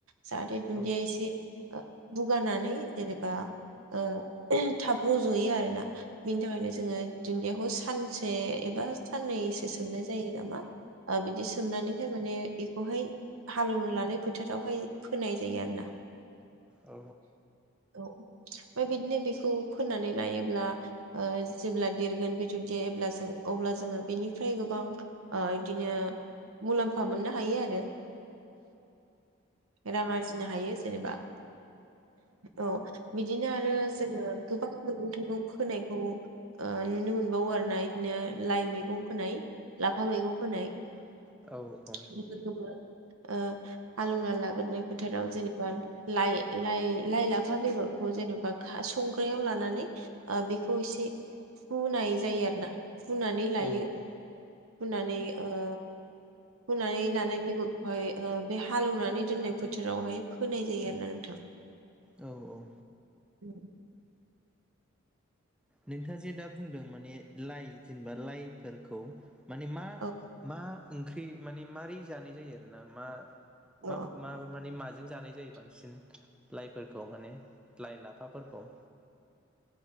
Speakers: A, on the right; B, in the centre.
A: जाहाथे दुन्दिया
B: औ
A: एसे बुगानानै जेनेबा बा ओ थाब रज'यो आरोना बिनि थाखायनो जोङो दुन्दियाखौ सानसे एबा साननैसो सोमनाय जायो नामा ओ बिदि सोमनानैहाय माने बेखौहाय हालौवनो लानाय फोथारावहाय फोनाय जायो आरो ना
B: औ
A: औ ओमफाय बिदिनो बेखौ फोननानै लायोब्ला ओ जेब्ला देरगोन बेथर देब्ला अब्ला जोङो बेनिफ्राय गोबां बिदिनो मुलाम्फा मोननो थायो आरो रां आरजिनो हायो जेनेबा औ। बिदिनो आरो जोङो गोबां मैगं थाइगं फोनायखौ ओ नुनो मोनबावो आरोना बिदिनो लाइ मैगं फोनाय लाफा मैगं फोनाय
B: औ
A: <unintelligible> ओ हालौना लाग्रोननाय फोथाराव जेनेबा लाइ लाइ लाइ लाफा बेगरखौ जेनेबा खा संग्रायाव लानानै ओ बेखौ एसे हुनाय जायो आरो ना। फुनानै लायो।
B: औ
A: हुनानै ओ फुनानै लानाय बेगरखौहाय बे ओ हालौवनानै दोननाय फोथोरावहाय फोनाय जायो आरोना नोंथां।
B: औ औ
A: <inaudible>
B: नोंथाङा जे दा बुंदों माने लाइ जेनेबा लाइफोरखौ माने मा
A: औ
B: मा ओंख्रि माने मारै जानाय जायो आरो ना मा
A: औ
B: मा मा माने माजो जों जानाय जायो बांसिन लाइफोरखौ माने लाइ लाफाफोरखौ